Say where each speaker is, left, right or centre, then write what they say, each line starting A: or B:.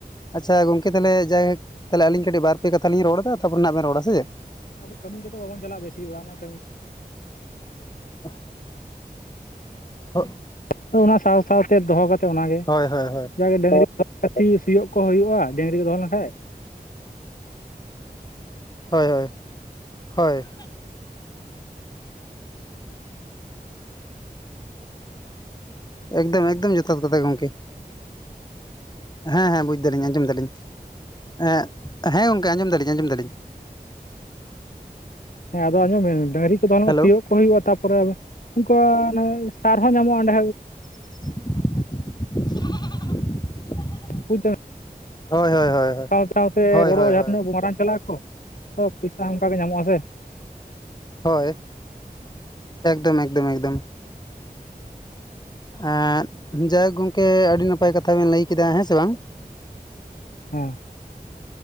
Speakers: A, on the left; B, on the left.
A: ᱟᱪᱪᱷᱟ ᱜᱚᱝᱠᱮ ᱛᱟᱦᱮ ᱡᱟᱭᱦᱮᱠ ᱛᱟᱦᱚᱞᱮ ᱟᱞᱤᱧ ᱠᱟᱹᱴᱤᱡ ᱵᱟᱨ ᱯᱮ ᱠᱟᱛᱷᱟ ᱞᱤᱧ ᱨᱚᱲ ᱮᱫᱟ ᱛᱟᱯᱚᱨᱮ ᱱᱟᱜ ᱵᱮᱱ ᱨᱚᱲᱟ ᱥᱮ ᱪᱮᱫ᱾
B: ᱟᱵᱚ ᱠᱟᱹᱢᱤ ᱠᱚᱫᱚ ᱵᱟᱵᱚᱱ ᱪᱟᱞᱟᱜᱼᱟ ᱵᱮᱥᱤ ᱚᱲᱟᱜ ᱨᱮᱱᱟᱜ ᱠᱟᱹᱢᱤ
A: <inaudible> ᱦᱳᱜ
B: ᱛᱚ ᱚᱱᱟ ᱥᱟᱶ ᱥᱟᱶᱛᱮ ᱫᱚᱦᱚ ᱠᱟ ᱛᱮ ᱚᱱᱟᱜᱮ
A: ᱦᱳᱭ ᱦᱳᱭ
B: ᱡᱟᱜᱮ ᱰᱟᱝᱨᱤ ᱥᱤᱭᱳᱜ ᱠᱚ ᱦᱩᱭᱩᱜᱼᱟ ᱰᱟᱹᱝᱨᱤ ᱠᱚ ᱫᱚᱦᱚ ᱞᱮᱱᱠᱷᱟᱡ᱾
A: ᱦᱳᱭ ᱦᱳᱭ ᱦᱳᱭ ᱮᱠᱫᱚᱢ ᱮᱠᱫᱚᱢ ᱡᱚᱛᱷᱟᱛ ᱠᱟᱛᱷᱟ ᱜᱚᱢᱠᱮ ᱦᱮᱸ ᱦᱮᱸ ᱵᱩᱡᱽ ᱫᱟᱞᱤᱧ ᱟᱸᱡᱚᱢ ᱫᱟᱞᱤᱧ᱾ ᱮᱸᱜ ᱦᱮᱸ ᱜᱚᱝᱠᱮ ᱟᱸᱡᱚᱢ ᱫᱟᱞᱤᱧ ᱟᱸᱡᱚᱢ ᱫᱟᱞᱤᱧ᱾
B: ᱦᱮᱸ ᱟᱫᱚ ᱟᱸᱡᱚᱢ ᱢᱮ ᱰᱟᱹᱝᱨᱤ <unintelligible>
A: ᱦᱮᱞᱳ
B: ᱥᱤᱭᱳᱜ ᱠᱚ ᱦᱩᱭᱩᱜᱼᱟ ᱛᱟᱯᱚᱨᱮ ᱩᱱᱠᱟ ᱥᱟᱨ ᱦᱚᱸ ᱧᱟᱢᱚᱜᱼᱟ ᱚᱸᱰᱮ
A: <inaudible>
B: ᱵᱩᱡᱽ ᱫᱟᱢ
A: ᱦᱳᱭ ᱦᱳᱭ ᱦᱳᱭ
B: ᱥᱟᱶ ᱥᱟᱶᱛᱮ
A: ᱦᱳᱭ
B: ᱜᱚᱲᱚ
A: ᱦᱳᱭ
B: ᱡᱟᱦᱟᱸ
A: ᱦᱳᱭ
B: ᱛᱤᱱᱟᱹᱜ ᱵᱚ ᱢᱟᱨᱟᱝ <inaudible> ᱪᱟᱞᱟᱜ ᱟᱠᱚ᱾ ᱛᱚ ᱯᱚᱭᱥᱟ ᱚᱱᱠᱟ ᱜᱮ ᱧᱟᱢᱚᱜᱼᱟ ᱥᱮ᱾
A: ᱦᱳᱭ ᱮᱠᱫᱚᱢ ᱮᱠᱫᱚᱢ ᱮᱠᱫᱚᱢ᱾ ᱮᱻ ᱡᱟᱭᱦᱳᱠ ᱜᱚᱢᱠᱮ ᱟᱹᱰᱤ ᱱᱟᱯᱟᱭ ᱠᱟᱛᱷᱟ ᱵᱮᱱ ᱞᱟᱹᱭ ᱠᱮᱫᱟ ᱦᱮᱸ ᱥᱮ ᱵᱟᱝ᱾
B: ᱦᱮᱸ